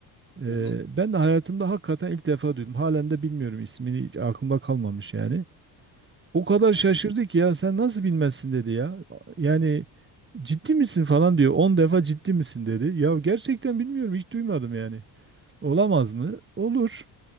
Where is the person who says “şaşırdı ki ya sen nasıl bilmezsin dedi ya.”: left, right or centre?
Right